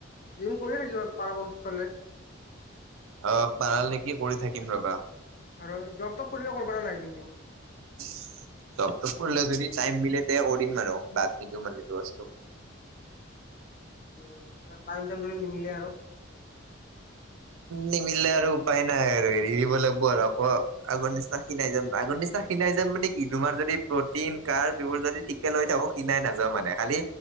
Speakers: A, on the left (about 40°); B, on the right (about 80°).
A: ইম কৰি থে কিব পাৰ পলে।
B: অ', পাৰালেক কি কৰি থাকিম ৰবা।
A: আৰু জব তব কৰিলে কৰিব পৰাা নাই যিন্তিম।
B: <inaudible> চবটো পলে যদি টাইম মিলে তে ৰিম মানে বাদ নিদিও মানে বস্তু।
A: উম, টাইম যদি নিমিলে আৰু।
B: নিমিলে আৰু উপায় নাই আৰু হেৰি দিব লাগিব আৰু আকৌ আগৰ নিচিনা সিনাই যাম আগৰ নিচিনা সিনাই যাম মানে কি তোমাৰ যদি প্ৰটিন কাৰ যবোৰ যদি ঠিকে লৈ থাকো কিনাই নাযাওঁ মানে খালি